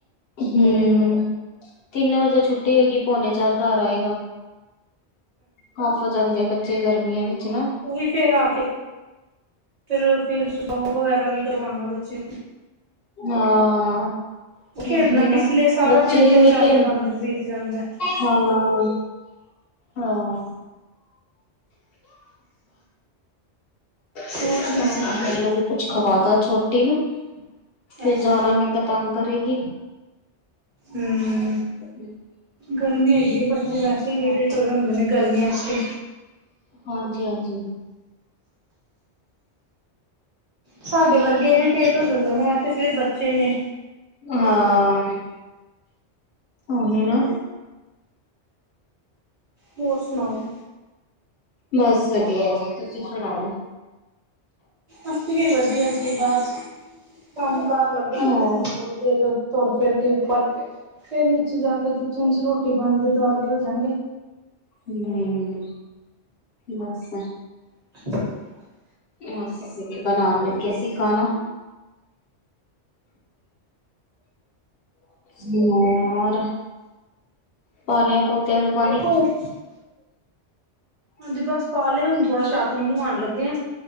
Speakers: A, on the left; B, on the right.
A: ਹੂੰ, ਤਿੰਨ ਵਜੇ ਛੁੱਟੀ ਹੋਏਗੀ, ਪੋਨੇ ਚਾਰ ਘਰ ਆਏਗਾ। ਹੱਫ ਜਾਂਦੇ ਬੱਚੇ ਗਰਮੀਆਂ ਵਿੱਚ ਨਾ
B: ਓਈ ਫੇਰ ਆ ਕੇ ਫੇਰ, ਫੇਰ ਹੋਮਞਾਰਕ ਵਗੈਰਾ ਵੀ ਕਰਵਾਨਾ ਬੱਚਿਆ ਨੂੰ।
A: ਹਾਂ।
B: ਖੇਡਣਾ
A: ਓਹੀ ਨਾ,
B: ਕਿਸ ਲਈ ਸਾਰਾ
A: ਬੱਚੇ
B: ਦਿਨ
A: ਵੀ ਉਈ
B: ਵਿਚਾਰਿਆਂ
A: ਤੇ,
B: ਦਾ ਅੰਦਰ ਬੀਤ ਜਾਂਦਾ
A: ਹਾਂ ਹਾਂ। <unintelligible>
B: ਹੋਰ ਸੁਣਾਓ
A: ਵੀ ਕੁਛ ਖਵਾਦਾ ਛੋਟੀ ਨੂੰ ਫੇਰ
B: ਅੱਛਾ
A: ਜਾਨਾ, ਮੈ ਕਾ ਤੰਗ ਕਰੇਗੀ।
B: ਹੂੰ।
A: <inaudible>
B: ਗਰਮੀ ਹੈਗੀ ਏ। ਬੱਚੇ
A: ਹੋਰ
B: ਵੈਸੇ
A: ਸੁਣਾ
B: ਇਰੀਟੇਟ ਹੋਏ ਹੁੰਦੇ ਨੇ ਗਰਮੀਆਂ ਚ ਤੇ
A: ਹਾਂਜੀ- ਹਾਂਜੀ।
B: ਸਾਡੇ ਵਰਗੇ ਇਰੀਟੇਟ ਹੋ ਜਾਂਦੇ ਨੇ, ਐ ਤੇ ਫੇਰ ਬੱਚੇ ਨੇ।
A: ਹਾਂ, ਓਹੀ ਨਾ
B: ਹੋਰ ਸੁਨਾਓ?
A: ਬਸ ਵਧਿਆ ਜੀ, ਤੁਸੀ ਸੁਣਾਓ?
B: ਅਸੀਂ ਵੀ ਵਧੀਆ ਜੀ ਬਸ ਕੰਮ-ਕਾਰ ਲੱਗਾਂਗੇ
A: ਹੋਰ
B: ਹੁਨ ਥੋੜੀ ਦੇਰ ਤੁਰ-ਫੇਰ ਕੇ ਉੱਪਰ ਫੇਰ ਨੀਚੇ ਜਾ ਕੇ ਕਿਚਨ ਚ ਰੋਟੀ ਪਾਨੀ ਦੇ ਦਵਾਲੇ ਹੋਜਾਂਗੇ।
A: ਹੂੰ, ਬਸ
B: <inaudible>
A: <unintelligible> ਬਣਾਨ ਲੱਗੇ ਸੀ ਖਾਣਾ। ਹੋਰ, ਪਾ ਲਿਆ ਪੌਦਿਆਂ ਨੂੰ ਪਾਣੀ
B: ਹੋਰ ਹਾਂਜੀ, ਬੱਸ ਪਾ ਲਿਆ ਹੁਣ ਥੋੜਾ ਛੱਤ ਨੂੰ ਨੁਆਨ ਲੱਗੇ ਆਂ